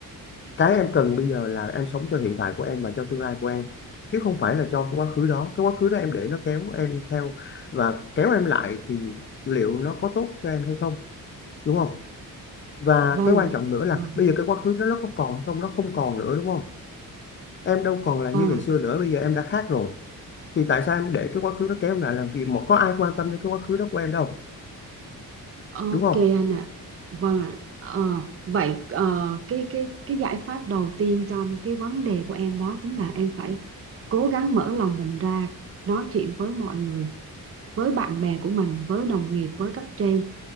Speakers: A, on the left (about 35°); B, on the right (about 40°).
A: cái em cần bây giờ là em sống cho hiện tại của em và cho tương lai của em chứ không phải là cho cái quá khứ đó cái quá khứ đó em để nó kéo em theo và kéo em lại thì liệu nó có tốt cho em hay không đúng không và
B: vâng
A: cái quan
B: ạ
A: trọng nữa là
B: vâng
A: bây giờ cái quá khứ đó nó có còn không nó không còn nữa đúng không em đâu còn là như
B: vâng
A: ngày xưa nữa bây giờ em đã khác rồi thì tại sao em để cái quá khứ nó kéo em lại làm gì mà có ai quan tâm đến cái quá khứ đó của em đâu
B: Ok
A: đúng không
B: anh ạ. Vâng ạ. Ờ, vậy ờ, cái cái cái giải pháp đầu tiên trong cái vấn đề của em đó chính là em phải cố gắng mở lòng mình ra, nói chuyện với mọi người, với bạn bè của mình, với đồng nghiệp, với cấp trên